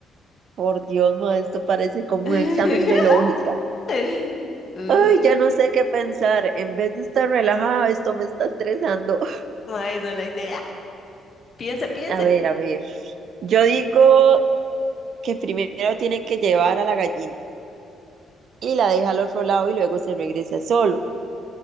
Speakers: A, on the right; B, on the left.
A: por Dios, ma, esto parece como
B: <laughs>
A: un examen de lógica.
B: Uh,
A: Ay, ya no sé qué pensar. En vez de estar relajada, esto me está estresando. <laughs>
B: mae, esa es la idea. Piense, piense.
A: A ver, a ver. Yo digo que primero tiene que llevar a la gallina y la deja al otro lado y luego se regresa solo.